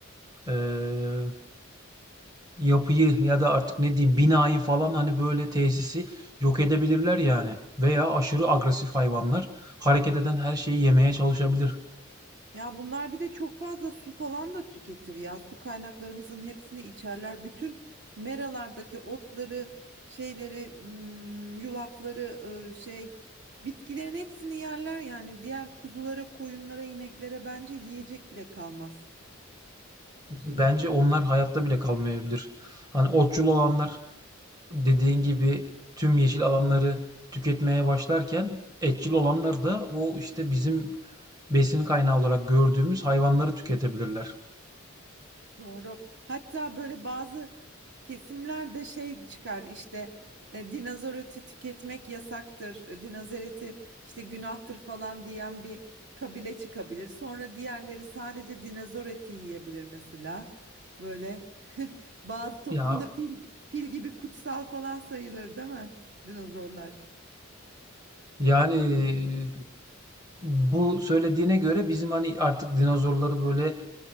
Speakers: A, on the right; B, on the right.
A: eee yapıyı ya da artık ne diyeyim binayı falan hani böyle tesisi yok edebilirler yani. Veya aşırı agresif hayvanlar hareket eden her şeyi yemeye çalışabilir.
B: Ya bunlar bir de çok fazla su falan da tüketir ya. Su kaynaklarımızın hepsini içerler. Bütün meralardaki otları, şeyleri, mm, yulafları, e, şey, bitkilerin hepsini yerler yani. Diğer kuzulara, koyunlara, ineklere bence yiyecek bile kalmaz.
A: Bence onlar hayatta bile kalmayabilir. Hani otçul olanlar dediğin gibi tüm yeşil alanları tüketmeye başlarken etçil olanlar da o işte bizim besin kaynağı olarak gördüğümüz hayvanları tüketebilirler.
B: Doğru. Hatta böyle bazı Kesimlerde şey çıkar işte e, dinozor eti tüketmek yasaktır, e, dinozor eti işte günahtır falan diyen bir kabile çıkabilir. Sonra diğerleri sadece dinozor eti yiyebilir mesela. Böyle <laughs> bazı toplumda
A: Ya
B: fil, fil gibi kutsal falan sayılır değil mi dinozorlar?
A: yani bu söylediğine göre bizim hani artık dinozorları böyle